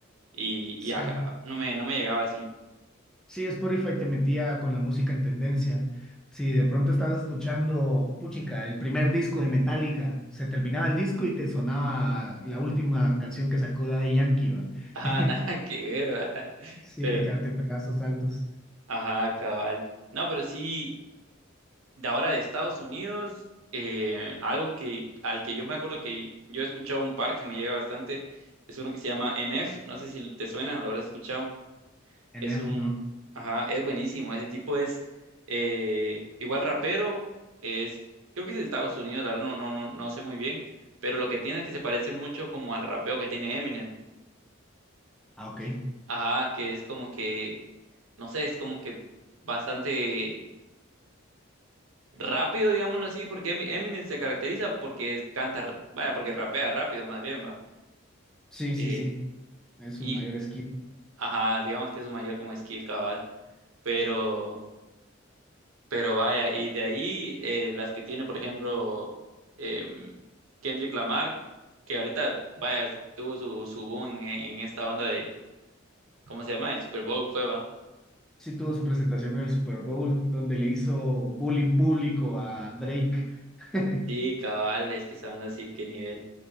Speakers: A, on the right; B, in the centre.
A: y,
B: <laughs>
A: y ajá,
B: sí.
A: no me, no me llegaba así.
B: Sí, Spotify te metía con la música en tendencia. Si de pronto estabas escuchando, puchica, el primer disco de Metallica, se terminaba el disco y te sonaba la última canción que sacó Daddy Yankee, ¿va?
A: Ajá,
B: <laughs>
A: <laughs> nada que ver, ¿verdad? <laughs>
B: Sí,
A: Pero,
B: te, ca- pedazos altos. esos saltos.
A: ajá, cabal. No, pero sí, de ahora de Estados Unidos, eh, algo que, al que yo me acuerdo que yo he escuchado un par que me llega bastante, es uno que se llama NF, no sé si te suena o lo habrás escuchado.
B: NF,
A: Es un,
B: ¿no?
A: ajá, es buenísimo. Ese tipo es eh, igual rapero, es, creo que es de Estados Unidos, la verdad no, no, no, no sé muy bien, pero lo que tiene es que se parece mucho como al rapeo que tiene Eminem.
B: Ah, ok.
A: que- Ajá, que es como que, no sé, es como que bastante rápido, digámoslo así, porque Emi- Eminem se caracteriza porque es- canta, r- vaya, porque rapea rápido más bien, va.
B: Sí,
A: Eh,
B: sí, sí. Es su
A: y,
B: mayor esquivo.
A: ajá, digamos que es su mayor como skill, cabal. Pero... Pero vaya, y de ahí eh, las que tiene, por ejemplo, em, Kendrick Lamar, que ahorita, vaya, tuvo su, su boom en, en esta banda de, ¿cómo se llama? El Super Bowl fue, va.
B: Sí tuvo su presentación en el Super Bowl, donde le hizo bullying público a Drake. <laughs>
A: Sí, cabal, es que esa banda sí, qué nivel.